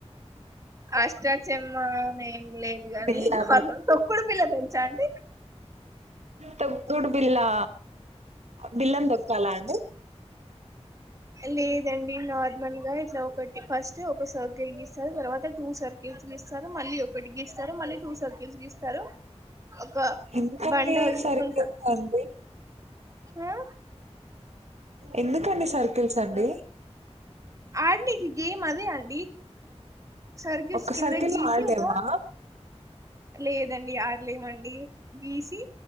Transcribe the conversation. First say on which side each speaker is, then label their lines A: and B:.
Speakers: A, on the right; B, on the right.
A: అష్టా చమ్మా ఏం లేదు గాని
B: బిల్లా
A: నార్మల్ తొక్కుడు బిల్ల తెలుసా అండి
B: తొకుడు బిల్లా బిల్లం తొక్కాలా అండి
A: లేదండి నార్మల్ గా ఇట్లా ఒకటి ఫస్ట్ ఒక సర్కిల్ గీస్తారు తర్వాత టూ సర్కిల్స్ గీస్తారు మళ్ళీ ఒకటి గీస్తారు మళ్ళీ టూ సర్కిల్స్ గీస్తారు ఒక
B: ఎకండి
A: బండ తీసుకుంటారు
B: సరిస్త అండి
A: ఆ
B: ఎందుకండి సర్కిల్స్ అండి
A: ఆడి గేమ్ అదే అండి సర్కిల్
B: ఒక్క
A: కింద
B: సర్కిల్
A: గీసి
B: లో ఆడలేమా
A: ఒక లేదండి ఆ లేమండి గీసి